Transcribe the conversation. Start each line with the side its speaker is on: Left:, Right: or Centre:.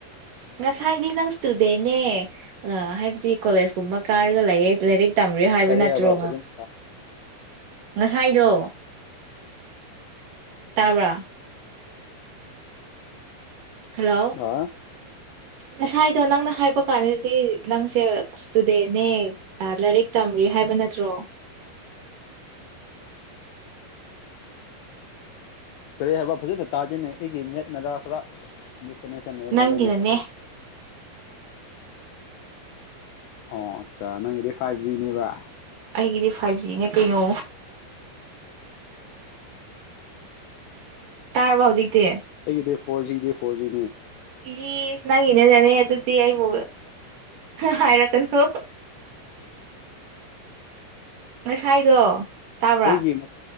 Right: ꯉꯁꯥꯏꯗꯤ ꯅꯪ ꯏꯁꯇꯨꯗꯦꯟꯅꯦ ꯍꯥꯏꯕꯗꯤ ꯀꯣꯂꯦꯖ ꯀꯨꯝꯕ ꯀꯥꯔꯒ ꯂꯩꯌꯦ ꯂꯥꯏꯔꯤꯛ ꯇꯝꯔꯤ ꯍꯥꯏꯕ
Left: ꯀꯔꯤ
Right: ꯅꯠꯇ꯭ꯔꯣ
Left: ꯐꯖꯅ
Right: ꯉꯁꯥꯏꯗꯣ ꯇꯥꯕ꯭ꯔꯥ ꯍꯜꯂꯣ
Left: ꯑ
Right: ꯉꯁꯥꯏꯗꯣ ꯅꯪꯅ ꯍꯥꯏꯕ ꯀꯥꯟꯗꯗꯤ ꯅꯪꯁꯦ ꯏꯁꯇꯨꯗꯦꯟꯅꯦ ꯂꯥꯏꯔꯤꯛ ꯇꯝꯔꯤ ꯍꯥꯏꯕ ꯅꯠꯇ꯭ꯔꯣ
Left: ꯀꯔꯤ ꯍꯥꯏꯕ ꯐꯖꯅ ꯇꯥꯗꯦꯅꯦ ꯑꯩꯒꯤ ꯅꯦꯠ ꯅꯔꯥ <unintelligible> ꯗꯤꯁꯀꯅ‌ꯦꯁꯟ ꯑꯦꯅ
Right: ꯅꯪꯒꯤꯅꯅꯦ
Left: ꯂꯩꯅꯦ ꯑꯣ ꯑꯆꯥ ꯅꯪꯒꯤꯗꯤ ꯐꯥꯏꯚ ꯖꯤꯅꯦꯕ
Right: ꯑꯩꯒꯤꯗꯤ ꯐꯥꯏꯚ ꯖꯤꯅꯦ ꯀꯩꯅꯣ ꯇꯥꯔꯕ ꯍꯧꯖꯤꯛꯇꯤ
Left: ꯑꯩꯒꯤꯗꯤ ꯐꯣꯔ ꯖꯤꯗꯤ ꯐꯣꯔꯖꯤꯅꯤ
Right: ꯏꯁ ꯅꯪ ꯒꯤꯅꯅꯦ ꯑꯗꯨꯗꯤ ꯑꯩꯕꯨ ꯍꯥꯏꯔꯀꯅ‌ꯣ ꯉꯁꯥꯏꯗꯣ ꯇꯥꯕ꯭ꯔꯥ
Left: ꯑꯩꯒꯤ ꯃ